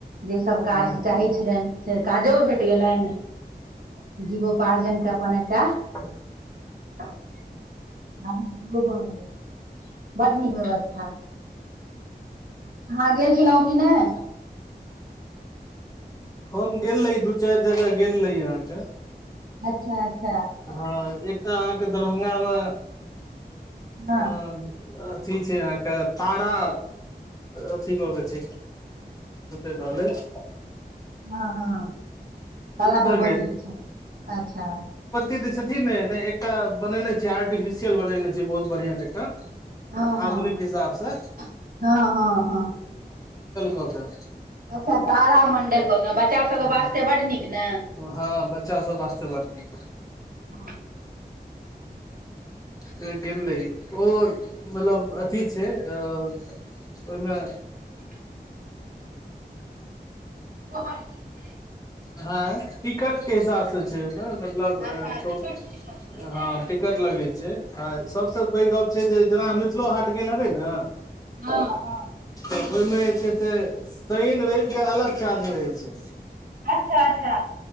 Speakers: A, on the right; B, on the left.
A: जे सब काज
B: हँ
A: चाहे छलनि से काजो भेट गेलनि जीवो पार्जनके अपन एकटा
B: ह <inaudible>
A: गरमी सॅ बोओ गेले बड नीक व्यवस्था अहाँ गेल छलहुँ कि नहि
B: हम गेल रही दू चारि जगह गेल रही अहाँके
A: अच्छा अच्छा
B: हँ एकटा अहाँके दरभंगामे
A: हँ
B: अ अ अथी छै अहाँके तारा अथी क के छैे रहल अछि
A: <inaudible> हँ हँ काला
B: ओतऽ
A: भगवती क छलै अच्छा
B: इ जे छथिन ने एकटा बनेने छै आर्टिफिशियल बनेने छै बहुत बढ़िया जका
A: हँ हँ
B: आधुनिक हिसाबसँ
A: हँ हँ हँ
B: कऽ के
A: अच्छा तार मण्डल ओ तब बच्चा सब
B: हँ
A: वास्ते बड नीक न
B: हँ बच्चा सब वास्ते बड नीक
A: हँ
B: से गेल रहि ओ मतलब अथि छै ओहिमे
A: <inaudible> ओ बड नीक छलै
B: है टिकट के हिसाब से छै ने मतलब ए
A: अच्छा
B: तब
A: टिकट सिस्टम छियै ने
B: हँ टिकट लगे छै आ सभसँ पैघ गप छै जे जेना मिथिलो हाट गेल हेबै न
A: हँ हँ
B: ओहिमे जे छै से शइन रइब के अलग चार्ज रहै छै
A: अच्छा अच्छा